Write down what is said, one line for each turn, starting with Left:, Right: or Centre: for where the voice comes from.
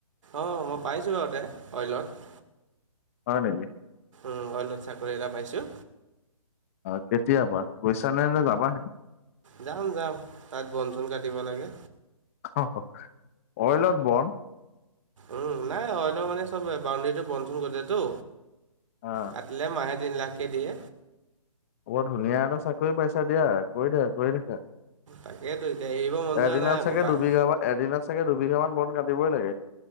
Right: অ'! মই পাইছোঁ বাৰু ইয়াতে, অইলত।
Left: হয় নকি?
Right: উম! অইলত চাকৰি এটা পাইছোঁ।
Left: অ'! কেতিয়া পৰা? গৈছা নে, নে যাবাহে?
Right: যাম, যাম। তাত বন- চন কাটিব লাগে।
Left: <unintelligible> অইলত বন?
Right: উম! নাই, অইলৰ মানে, চব বাউণ্ডৰীটো বন- চন গজে ত'।
Left: অ'!
Right: কাটিলে, মাহে তিন লাখকে দিয়ে।
Left: বৰ ধুনীয়া এটা চাকৰি পাইছা দিয়া! কৰি থাকা, কৰি থাকা।
Right: তাকেইতো, এতিয়া এৰিব মন
Left: এদিনত
Right: যোৱা নাই আকৌ
Left: চাগে
Right: পাই।
Left: দুবিঘা মান এদিনত চাগে দুবিঘা মান বন কাটিবই লাগে?